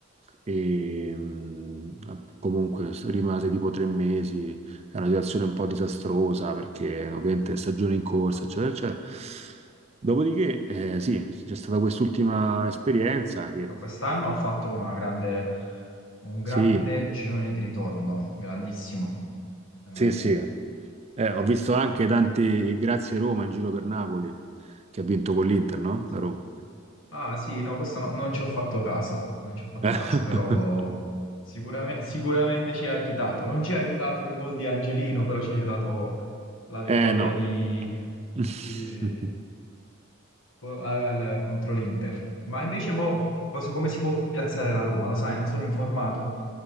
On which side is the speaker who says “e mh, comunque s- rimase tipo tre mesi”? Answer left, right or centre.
Right